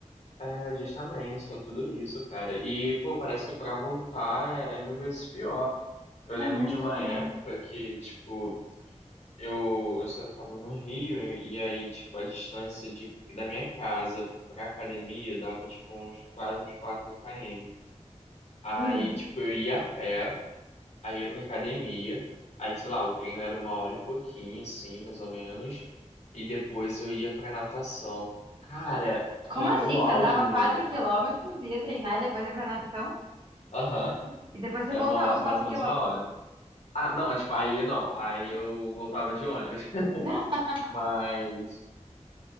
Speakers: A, on the left; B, on the right.
A: É, justamente, tem tudo isso, cara. E, pô, parece que pra voltar é, é mil vezes pior. Eu lembro
B: É muito
A: de uma
B: pior.
A: época que, tipo, Eu, eu só tava no Rio e, e aí, tipo, a distância de, da minha casa pra academia dava, tipo, uns, quase uns 4 km. Aí,
B: Hum,
A: tipo, eu ia a pé, aí ia pra academia, aí, sei lá, o treino era uma hora e pouquinho, assim, mais ou menos, e depois eu ia pra natação. Cara,
B: como
A: foi o meu
B: assim?
A: o
B: Você
A: auge,
B: andava
A: meu.
B: 4 quilômetros, ia treinar e depois ia pra natação?
A: Aham, <laughs>
B: E depois você
A: É uma,
B: voltava
A: hora-
B: os
A: mais
B: 4
A: ou menos
B: quilômetros.
A: uma hora. Ah, não, tipo, aí não, aí eu voltava de ônibus. <laughs>
B: <laughs>
A: Mas